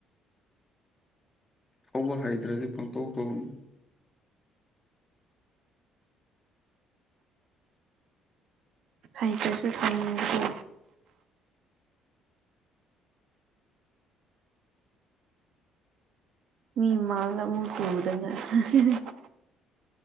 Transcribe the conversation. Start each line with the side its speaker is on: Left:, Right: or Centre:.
Left: ꯊꯧꯕ ꯍꯩꯇ꯭ꯔꯗꯤ ꯄꯪꯇꯧ ꯇꯧꯒꯅꯨ
Right: ꯍꯩꯇ꯭ꯔꯁꯨ ꯊꯧꯅꯤꯡꯕꯗꯣ ꯃꯤ ꯃꯃꯥꯡꯗ ꯑꯃꯨꯛ ꯇꯨꯗꯅ <unintelligible>